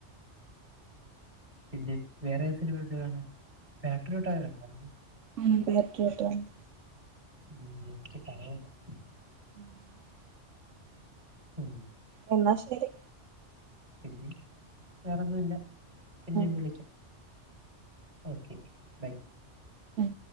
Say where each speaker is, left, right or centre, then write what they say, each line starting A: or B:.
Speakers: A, on the right; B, on the right.
A: പിന്നെ വേറെ ഏതൊക്കെ സിനിമ കാണാൻ പത്രിയൊട്ട് കണ്ടോ
B: ഉം പെറ്ററിട്ടാ കണ്ടു
A: <unintelligible>
B: <inaudible>
A: ഉ
B: എന്നാ ശരി
A: പിന്നെ വേറോന്നും ഇല്ല പിന്നേം
B: ഉം
A: വിളിക്കാം ഓക്കെ ബൈ
B: ഉം